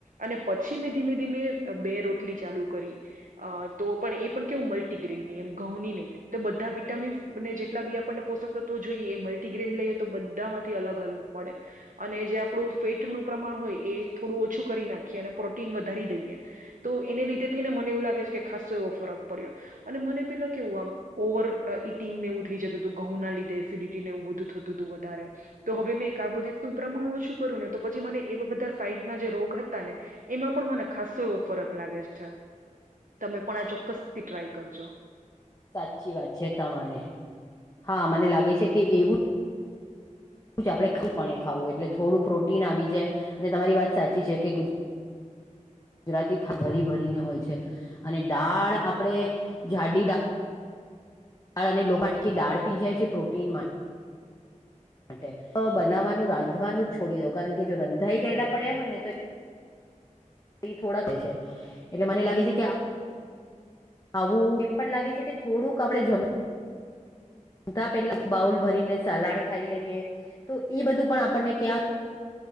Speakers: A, on the right; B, on the left.
A: અને પછી મેં ધીમે ધીમે બે રોટલી ચાલુ કરી અ તો પણ એ પણ કેવું મલ્ટીગ્રેનની એમ ઘઉં ની ની તો બધા વિટામિન્સને જેટલાબી આપણને પોષક તત્વો જોઈએ એ મલ્ટીગ્રેન લઈએતો બધા માંથી અલગ અલ મળે અને જે આપણું ફેટનું પ્રમાણ હોય એ થોડું ઓછું કરી નાખીએ અને પ્રોટીન વધારી દઈએ તો એને લીધે થઈને મને એવું લાગે છે, કે ખાસો એવો ફરક પડ્યો અને મને પેલા કેવું આમ ઓવર ઈટિંગને એવું થઈ જતું હતું ઘઉંના લીધે એસિડિટીને એવું બધું થતું હતું વધારે તો હવે મેં કાર્બોદીટનું પ્રમાણ ઓછું કર્યું ને તો પછી મને એવા બધા સાઈડમાં જે રોગ હ તા ને એમાં પણ મને ખાસો એવો ફરક લાગે છે, તમે પણ આ ચોક્કસથી ટ્રાય કરજો
B: સાચી વાત છે, તમારી હા મને લાગે છે, કે એવું આપણે ખલપણે ખાવું એટલે થોડું પ્રોટીન આવી જાઈ અને તમારી વાત સાચી છે, કે ગુ ગુજરાતી ભરી ભરીને હોય છે, અને ડાળ આપણે જાડી ડા દાળ અને લોપાટકી દાળ પી જાય છે, પ્રોટીનમાં માટે તો બનાવવાનું રાંધવાનું જ છોડી દઉ, કારણ કે જો રંધાઈ ગયેલા પડ્યા હોય ને તો- ઈ થોડા <unintelligible> છે એટલે મને લાગે છે કે- આવું એમ પણ લાગે છે કે, થોડુંક આપણે જમ- જમતા પહલે બાઉલ ભરીને સલાડ ખાઈ લઈએ, તો ઈ બધું પણ આપણને ક્યાંક-